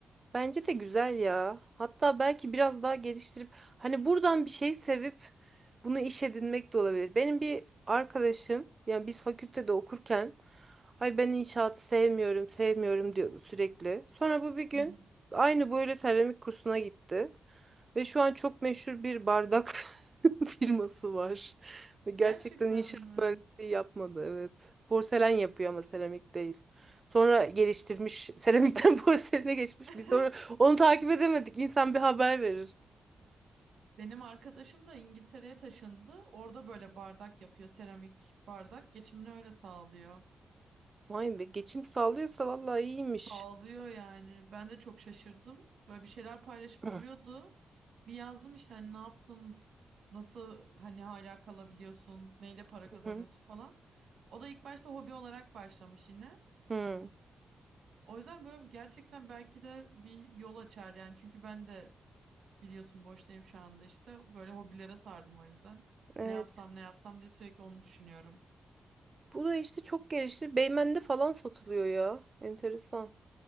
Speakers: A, on the right (about 30°); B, on the right (about 75°).
A: Bence de güzel ya. Hatta belki biraz daha geliştirip hani buradan bir şey sevip bunu iş edinmek de olabilir. Benim bir arkadaşım yani biz fakültede okurken ay ben inşaatı sevmiyorum sevmiyorum diyordu sürekli. Sonra bu bir gün
B: Hı hı.
A: aynı böyle seramik kursuna gitti. Ve şu an çok meşhur bir bardak <laughs> firması var. Ve gerçekten
B: Gerçekten
A: inşaat
B: mi?
A: mühendisliği yapmadı evet. Porselen yapıyor ama seramik değil. Sonra geliştirmiş seramikten <laughs> porseline geçmiş.
B: <laughs>
A: Biz onu, onu takip edemedik. İnsan bir haber verir.
B: Benim arkadaşım da İngiltere'ye taşındı. Orada böyle bardak yapıyor, seramik bardak. Geçimini öyle sağlıyor.
A: Vay be geçim sağlıyorsa vallahi iyiymiş.
B: Ağlıyor yani. Ben de çok şaşırdım. Böyle bir şeyler paylaşıp
A: Hı
B: duruyordu. Bir yazdım işte hani ne yaptın? Nasıl hani hala kalabiliyorsun? Neyle para kazanıyorsun
A: hı.
B: falan. O da ilk başta hobi olarak başlamış yine.
A: Hı.
B: O yüzden böyle gerçekten belki de bir yol açar yani. Çünkü ben de biliyorsun boştayım şu anda işte. Böyle hobilere sardım o yüzden.
A: Evet.
B: Ne yapsam ne yapsam diye sürekli onu düşünüyorum.
A: Bu da işte çok gelişti. Beymen'de falan satılıyor ya. Enteresan.